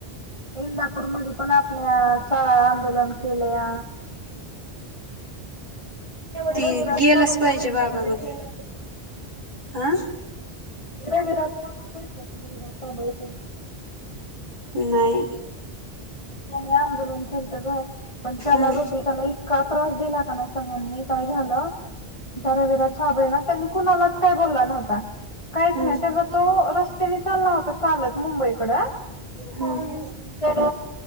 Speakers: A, on the left; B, on the right.
A: इंदापूर मधे, पण आपल्या, चा, आंदोलन केलया.
B: ती,
A: रविराज
B: गेलाच
A: साबळेचं
B: पाहिजे,
A: भेटलं
B: बाबा
A: का
B: बघं. आ,
A: <unintelligible>
B: नाही,
A: त्यांनी आंदोलन केलत गं, पण
B: हम्म
A: त्याला, बघ त्याला एक का त्रास, दिला का नाही सगळ्यांनी, काय झाालं, जरा, जरा छाबळेला त्यानी कुणालाच काय बोलला नव्हता, काहीच
B: हम्म
A: नाही, तेजा तो, रस्त्याने चालला होता. चालत मुंबईकडं,
B: हम्म
A: तर,